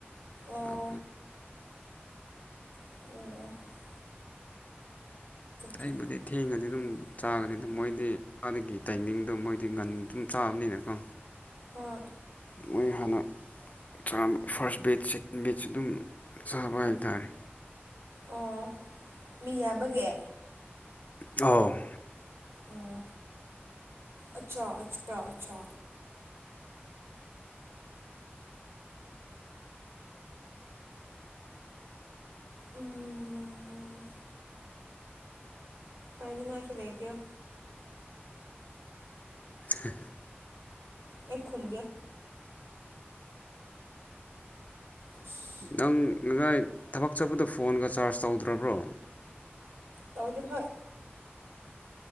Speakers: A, on the right; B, on the left.
A: ꯑꯣ
B: ꯆꯥꯎ
A: ꯎꯝ ꯎ ꯆꯣ
B: ꯑꯩꯕꯨ ꯊꯦꯡꯉꯗꯤ ꯑꯗꯨꯝ ꯆꯥꯒꯅꯤ ꯑꯗꯨ ꯃꯣꯏꯗꯤ ꯑꯥꯗꯒꯤ ꯇꯥꯏꯃꯤꯡꯗꯣ ꯃꯣꯏꯗꯤ ꯉꯒꯟ ꯁꯨꯝ ꯆꯥꯕꯅꯤꯅꯀꯣ
A: ꯍꯣꯏ
B: ꯃꯣꯏ ꯍꯥꯟꯅ ꯆꯥꯕ ꯐꯥꯔꯁ ꯕꯦꯗ ꯁꯦꯀꯦꯟ ꯕꯦꯗꯁꯨ ꯑꯗꯨꯝ ꯆꯥꯕ ꯍꯥꯏꯇꯥꯔꯦ
A: ꯑꯣ ꯃꯤ ꯌꯥꯕꯒꯦ
B: ꯑ
A: ꯑꯣ ꯑꯆꯥ ꯑꯆꯥꯆꯥ ꯑꯆꯥ ꯎꯝ ꯁꯥꯏꯅꯤꯡꯉꯥꯏꯁꯨ ꯂꯩꯥꯏꯇꯣ
B: ꯍ
A: ꯑꯩ ꯈꯣꯝꯒꯦ ꯑ
B: ꯅꯪ ꯉꯁꯥꯏ ꯊꯕꯛ ꯆꯠꯄꯗ ꯐꯣꯟꯒ ꯆꯥꯔꯖ ꯇꯧꯗ꯭ꯔꯕ꯭ꯔꯣ
A: ꯇꯧꯗꯨ ꯍꯣꯏ